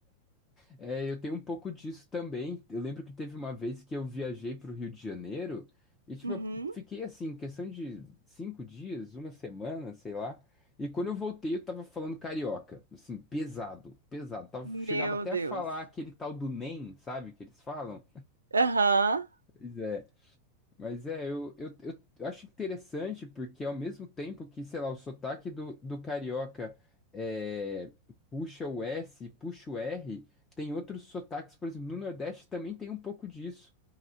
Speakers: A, on the left (about 20°); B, on the right (about 75°).
A: É, eu tenho um pouco disso também. Eu lembro que teve uma vez que eu viajei pro Rio de Janeiro e, tipo,
B: Uhum.
A: eu fiquei assim, questão de cinco dias, uma semana, sei lá. E quando eu voltei, eu tava falando carioca, assim, pesado, pesado. Tava,
B: Meu
A: chegava até
B: Deus.
A: a falar aquele tal do NEM, sabe, que eles falam.
B: Aham.
A: Pois é. Mas é, eu, eu, eu, eu acho interessante porque ao mesmo tempo que, sei lá, o sotaque do, do carioca é, puxa o S, puxa o R, tem outros sotaques, por exemplo, no Nordeste também tem um pouco disso.